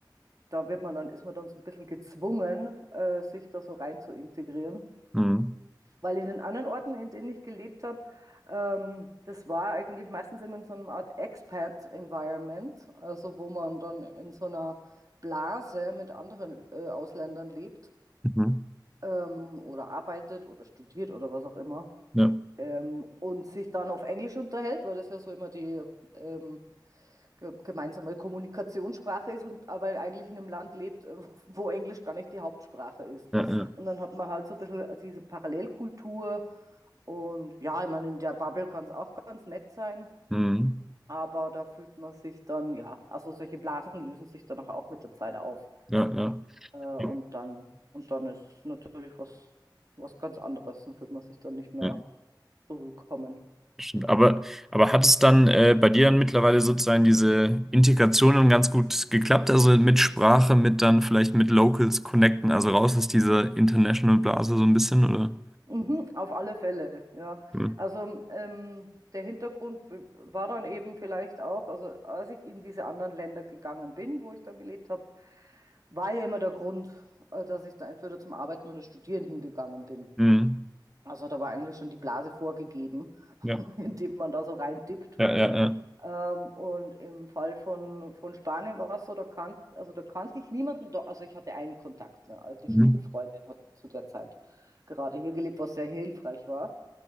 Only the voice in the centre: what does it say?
Mhm.
Mhm.
Ja,
ja, ja.
Mhm.
Ja, ja.
Ja,
ja.
Stimmt, aber, aber hat es dann äh, bei dir dann mittlerweile sozusagen diese Integration dann ganz gut geklappt? Also mit Sprache, mit dann vielleicht mit Locals connecten, also raus aus dieser international Blase so ein bisschen, oder?
Mhm.
Mhm.
Ja,
ja, ja, ja.
Mhm.